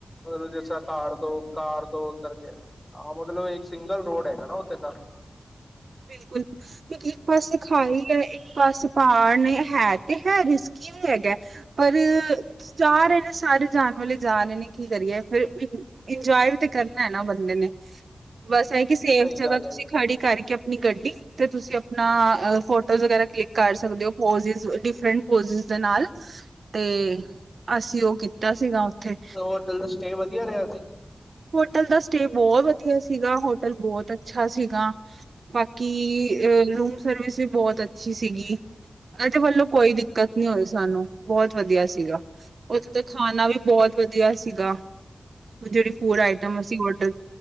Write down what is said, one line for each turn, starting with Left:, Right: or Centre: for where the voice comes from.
Left: ਮਤਲਬ ਜਿਸ ਤਰ੍ਹਾਂ ਕਾਰ ਦੋ, ਕਾਰ ਦੋ ਉੱਤਰ ਕੇ ਆਹ ਮਤਲਬ ਇੱਕ ਸਿੰਗਲ ਰੋਡ ਹੈਗਾ ਨਾ, ਉੱਥੇ ਤਾਂ।
Right: ਇੱਕ, ਇੱਕ ਪਾਸੇ ਖਾਈ
Left: ਹੂੰ,
Right: ਹੈ, ਇੱਕ ਪਾਸੇ ਪਹਾੜ ਨੇ, ਹੈ ਤੇ ਹੈ ਰਿਸਕੀ ਰਿਸਕੀ ਵੀ ਹੈਗਾ, ਪਰ ਜਾਰੇ ਨੇ ਸਾਰੇ ਜਾਣ ਵਾਲੇ ਜਾ ਰਹੇ ਨੇ, ਕੀ ਕਰੀਏ ਫੇਰ ਇੰਜੋਏ ਵੀ ਤੇ ਕਰਨਾ ਹੈ ਨਾ ਬੰਦੇ ਨੇ, ਬਸ ਇਹ ਕਿ ਸੇਫ
Left: ਸਹੀ
Right: ਜਗ੍ਹਾ
Left: ਗੱਲ
Right: ਤੁਸੀਂ
Left: ਐ।
Right: ਖੜੀ ਕਰਕੇ, ਆਪਣੀ ਗੱਡੀ ਤੇ ਤੁਸੀਂ ਆਪਣਾ ਫੋਟੋਜ਼ ਵਗੈਰਾ ਕਲਿੱਕ ਕਰ ਸਕਦੇ ਹੋ, ਪੋਜ ਡਿਫਰੈਂਟ, ਪੋਜਿਸ ਦੇ ਨਾਲ।
Left: ਹੂੰ।
Right: ਤੇ ਅਸੀਂ ਉਹ ਕੀਤਾ ਸੀਗਾ, ਉੱਥੇ।
Left: ਮਤਲਬ, ਹੋਟਲ ਦਾ ਸਟੇਅ ਵਧੀਆ ਰਿਹਾ ਸੀ?
Right: ਹੋਟਲ ਦਾ ਸਟੇ ਬਹੁਤ ਵਧੀਆ ਸੀਗਾ, ਹੋਟਲ ਬਹੁਤ ਅੱਛਾ ਸੀਗਾ। ਬਾਕੀ ਅ ਰੂਮ ਸਰਵਿਸ ਵੀ ਬਹੁਤ ਅੱਛੀ ਸੀਗੀ, ਇਹਨਾਂ ਦੇ ਵੱਲੋਂ ਕੋਈ ਦਿੱਕਤ ਨ ਹੋਈ ਸਾਨੂੰ, ਬਹੁਤ ਵਧੀਆ ਸੀਗਾ। ਉੱਥੇ ਤਾਂ, ਖਾਣਾ ਵੀ ਬਹੁਤ ਵਧੀਆ ਸੀਗਾ। ਜਿਹੜੀ ਫੂਡ ਆਈਟਮ, ਅਸੀਂ ਔਡਰ,